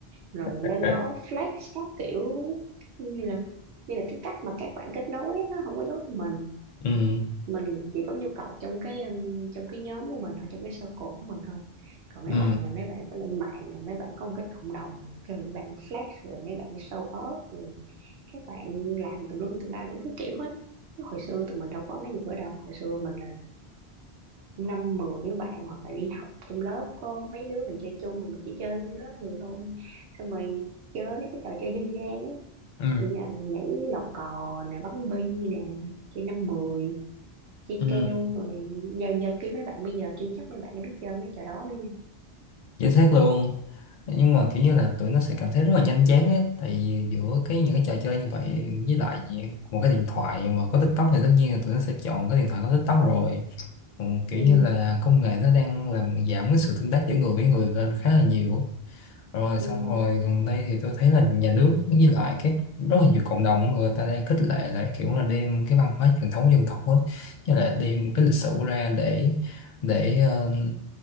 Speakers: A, on the right; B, on the left.
A: rồi
B: Ờ,
A: lên đó flex các kiểu như là như là cái cách mà các bạn kết nối ấy, nó không có giống mình
B: ừ
A: mình chỉ có nhu cầu trong cái um, trong cái nhóm của mình thôi trong cái circle của mình thôi còn mấy
B: ừ
A: bạn là mấy bạn phải lên mạng nè mấy bạn có một cái cộng đồng nè, cái mấy bạn flex rồi mấy bạn show off rồi các bạn làm tùm lum tùm la đủ thứ kiểu hết Chứ hồi xưa tụi mình đâu có mấy gì đó đâu hồi xưa mình là năm mười đứa bạn hoặc là đi học trong lớp có mấy đứa mình chơi chung mà mình chỉ chơi như đó người thôi xong rồi chơi mấy cái trò chơi dân gian á
B: ừ
A: như là nhảy lò cò nè bắn bi nè chơi năm mười chơi
B: ừ
A: keo rồi giờ giờ kêu mấy bạn bây giờ chưa chắc mấy bạn đã biết chơi mấy trò đó nữa nha
B: chính xác luôn nhưng mà kiểu như là tụi nó sẽ cảm thấy rất là nhanh chán á tại vì giữa cái những cái trò chơi như vậy với lại một cái điện thoại mà có TikTok thì tất nhiên là tụi nó sẽ chọn cái điện thoại có TikTok rồi ừ, kiểu
A: ừ,
B: như là công nghệ nó đang làm giảm cái sự tương tác giữa người với người lên khá là nhiều á. rồi
A: ừ,
B: xong rồi gần đây thì tôi thấy là nhà nước với lại các rất là nhiều cộng đồng người ta đang khích lệ lại kiểu là đem cái văn hóa truyền thống dân tộc đó như là đem cái lịch sử ra để để ờ,